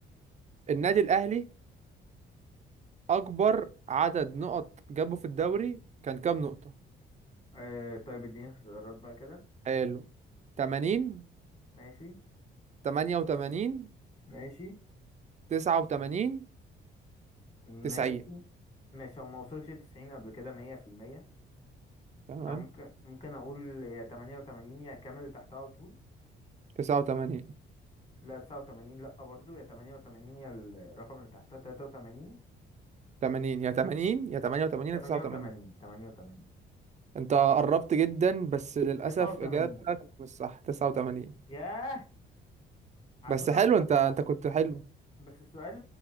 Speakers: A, on the right; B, on the left.
A: النادي الاهلي اكبر عدد نقط جابه في الدوري كان كام نقطة
B: آه... طيب اديني اختيارات بقى كده
A: حلو 80
B: ماشي
A: 88
B: ماشي
A: 89
B: ماشي
A: 90
B: ماشي هو ما وصلش 90 قبل كده 100%
A: تمام
B: أنا ممكن ممكن أقول يا 88 يا كامل اللي تحتها على طول
A: 89
B: لا 89 لا برضو يا 88 يا الرقم اللي تحتها 83
A: 80 يا 80 يا 88
B: 88
A: يا 89
B: 88
A: انت قربت جدا بس للأسف
B: 89
A: إجابتك مش صح 89
B: ياه على
A: بس
B: فكرة
A: حلو انت انت كنت حلو
B: بس السؤال